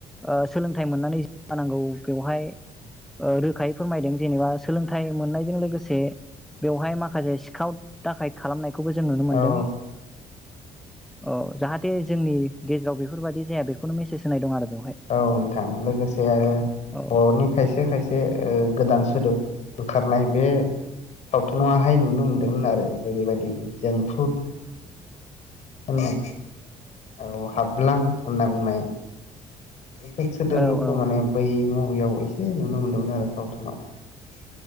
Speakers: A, in the centre; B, on the left.
A: ओ सोलोंथाइ मोननानै जानांगौ बेवहाय रोखायै फोरमायदों जेनेबा सोलोंथाइ मोननायजों लोगोसे बेवहाय माखासे। सिखाव दाखाय खालामनायखौ। खौबो जों नुनो मोनदों।
B: औ
A: अ जाहाथे जोंनि गेजेराव बेफोरबायाददि जाया बेखौनो मेसेज होनाय दं आरो बेवहाय
B: औ नोंथां लोगोसे आरो
A: औ
B: बर'नि खायसे खायसे ओ गोदान सोदोब ओंखारनाय बे सावथुनाववहाय नुनो मोनदोंमोन आरो जेरैबायदि जोंफु होन औ हाबलां होनना बुंनाय <unintelligible> एसे नुनो
A: औ औ
B: मोन्दोंमोन आरो सावथुनाव